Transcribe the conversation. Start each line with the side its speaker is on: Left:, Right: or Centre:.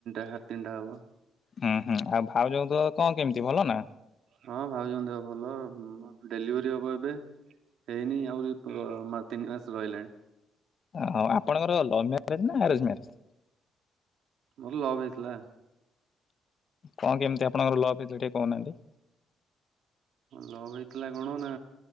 Right: ସାଢ଼େ ତିନିଟା ହବ।
Left: ହୁଁ ହୁଁ ଆଉ ଭାଉଜଙ୍କ ତ ଦେହ କଣ କେମିତି ଭଲ ନା?
Right: ହଁ ଭାଇଜଙ୍କ ଦେହ ଭଲ ଡେଲିଭେରି ହବ ଏବେ ହେଇନି ଆହୁରି କ ମା ତିନି ମାସ ରହିଲାଣି।
Left: ହ ଆପଣଙ୍କର ଲଭ୍ ମ୍ୟାରେଜ ନା ଆରେଞ୍ଜ ମ୍ୟାରେଜ୍?
Right: ମୋର ଲଭ ହେଇଥିଲା।
Left: କଣ କେମିତି ଆପଣଙ୍କର ଲଭ ହେଇଥିଲା ଟିକେ କହୁନାହାନ୍ତି?
Right: ଲଭ୍ ହେଇଥିଲା କଣ ନା